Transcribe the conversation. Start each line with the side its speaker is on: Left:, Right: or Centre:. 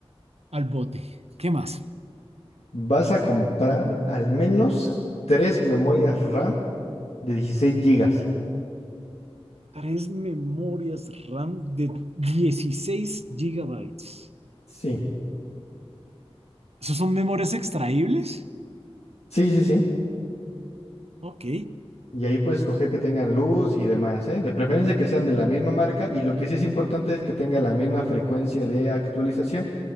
Right: al bote. ¿Qué más?
Left: Vas a comprar al menos tres memorias RAM de 16 gigas.
Right: Tres memorias RAM de 16 gigabytes.
Left: Sí,
Right: ¿Esos son memorias extraíbles?
Left: sí, sí, sí.
Right: Ok,
Left: Y ahí puedes coger que tengan luz y demás, ¿eh? De preferencia que sean de la misma marca y lo que sí es importante es que tengan la misma frecuencia de actualización.